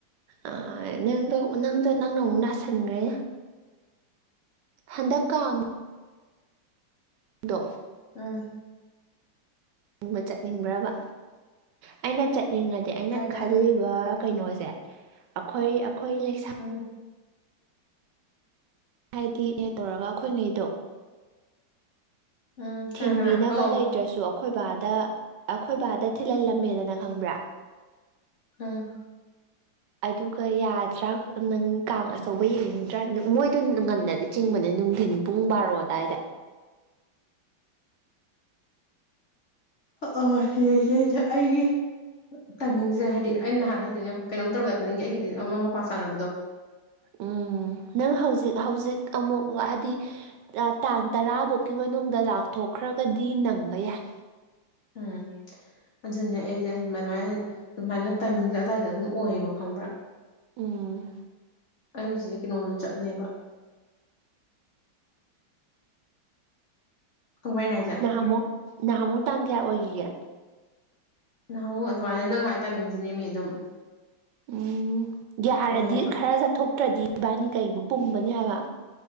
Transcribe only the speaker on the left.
ꯎꯝ
ꯀꯥꯏꯗ
ꯎꯝ
ꯎꯝ ꯀꯅꯥ
ꯀꯅꯥ ꯑꯧ
ꯎꯝ
ꯑꯥ ꯑꯥ ꯌꯦꯡꯁꯦ ꯌꯦꯡꯁꯦ ꯑꯩꯒꯤ ꯇꯥꯏꯃꯤꯡꯖꯦ ꯍꯥꯏꯗꯤ ꯑꯩꯅ ꯅꯍꯥꯟ ꯍꯥꯏꯗꯨꯅꯦ ꯌꯣꯡ ꯀꯩꯅꯣꯝ ꯇꯧꯔꯝꯗꯥꯏ ꯈꯨꯗꯤꯅꯤꯡꯒꯤ ꯑꯩꯒꯤꯗꯤ ꯑꯃ ꯃꯄꯥ ꯆꯥꯅꯕꯗꯣ
ꯎꯝ ꯑꯗꯨꯅꯦ ꯑꯩꯖꯦ ꯃꯥꯏꯟꯃꯥꯏꯅ ꯑꯗꯨꯃꯥꯏꯅ ꯇꯥꯏꯃꯤꯡꯖꯦ ꯑꯗꯥꯏꯗ ꯑꯗꯨꯝ ꯑꯣꯏꯌꯦꯕ ꯈꯪꯕ꯭ꯔꯥ
ꯑꯩ ꯍꯨꯖꯤꯛ ꯀꯩꯅꯣꯗ ꯆꯠꯂꯦꯕ ꯈꯪꯕ꯭ꯔꯥ ꯑꯩ ꯍꯥꯏꯖꯦ
ꯅꯍꯥꯃꯨꯛ ꯑꯗꯨꯃꯥꯏꯅ ꯅꯪ ꯍꯥꯏ ꯇꯥꯏꯃꯤꯡꯖꯤꯅꯦ ꯃꯦ ꯑꯗꯨꯝ
ꯑꯣꯏ ꯍꯥꯏꯕ